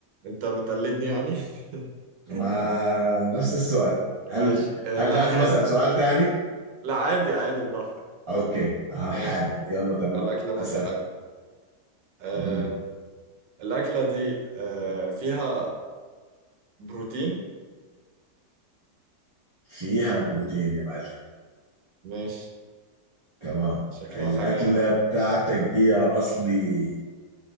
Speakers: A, on the right (about 80°); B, on the right (about 20°).
A: انت بتقلدني يعني <laughs>
B: ما نفس السؤال هل
A: ماشي آه
B: هل
A: لا
B: لازم
A: حادق
B: اسأل سؤال تاني
A: لا عادي عادي براحتك
B: اوكي آه
A: ماشي
B: حادق يلا تمام
A: الاكلة برضه
B: اسأل
A: حادق آه،
B: مم.
A: الأكلة دي آه، فيها بروتين
B: فيها بروتين يا معلم
A: ماشي
B: تمام
A: شكلها
B: الأكلة
A: حاجة
B: بتاعتك دي يا أصلي